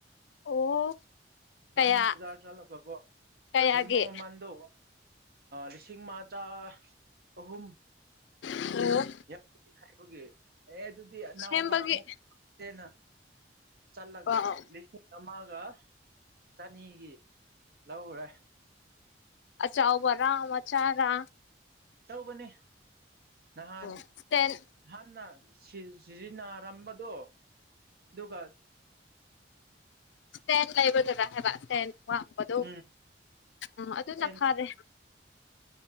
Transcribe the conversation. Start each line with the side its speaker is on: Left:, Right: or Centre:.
Left: ꯑꯣ ꯀꯌꯥ
Right: ꯕꯥꯅꯤ ꯕꯖꯥꯔ ꯆꯠꯂꯒꯀꯣ
Left: ꯀꯌꯥꯒꯤ
Right: ꯁꯦꯝꯕ ꯃꯃꯜꯗꯣ ꯂꯤꯁꯤꯡ ꯑꯃ ꯆ ꯑꯍꯨꯝ
Left: ꯑꯣ
Right: ꯌꯥ ꯍꯥꯏꯕꯒꯤ ꯑꯦ ꯑꯗꯨꯗꯤꯅꯥꯎꯕ
Left: ꯁꯦꯝꯕꯒꯤ
Right: ꯑꯃꯨꯛꯦꯅ ꯆꯂꯒ
Left: ꯑꯥ
Right: ꯂꯤ ꯃꯥꯒ ꯆꯅꯤꯒꯤ ꯂꯧ꯭ꯔꯦ
Left: ꯑꯆꯥꯥꯎꯕꯔꯝ ꯑꯆꯥꯔ
Right: ꯑꯧꯕꯅꯤ ꯅꯍꯥꯟ
Left: ꯏꯁꯇꯦꯟ
Right: ꯅꯍꯥꯟꯅ ꯁꯤꯖꯤꯟꯅ ꯑꯔꯝꯕꯗꯣ ꯑꯗꯨꯒꯗꯨꯒ
Left: ꯁꯦꯟ ꯂꯩꯕ ꯗꯗꯥ ꯍꯥꯏꯕ ꯁꯦꯟ ꯋꯥꯡꯕꯗꯣ
Right: ꯎꯝ
Left: ꯎꯝ ꯑꯗꯨꯅ
Right: ꯁꯇꯦꯟ
Left: ꯐꯥꯔꯦ